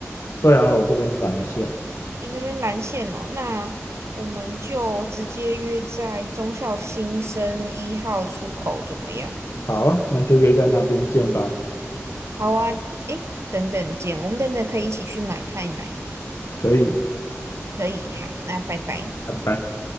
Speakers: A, on the left (about 70°); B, on the right (about 65°).
A: 对啊，我这边是蓝线。
B: 你那边蓝线哦，那我们就直接约在中校新生一号出口怎么样？
A: 好啊，那就约在那边见吧。
B: 好啊，诶，等等见，我们等等可以一起去买太奶吗？
A: 可以，
B: 可以，好，那拜拜。
A: 拜拜。